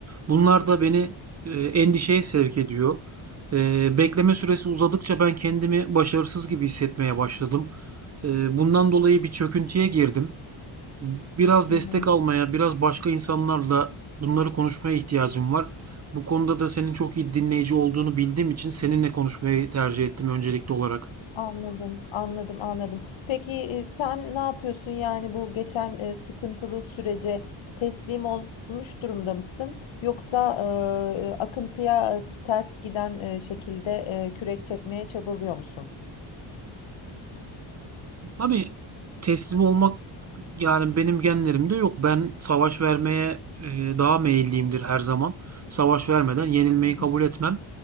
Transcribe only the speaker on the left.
Hı
hı.
Anladım, anladım, anladım. Peki, eee, sen ne yapıyorsun? Yani bu geçen, eee, sıkıntılı sürece teslim olmuş durumda mısın? Yoksa, eee, akıntıya, eee, ters giden, eee, şekilde, eee, kürek çekmeye çabalıyor musun?
Hı hı.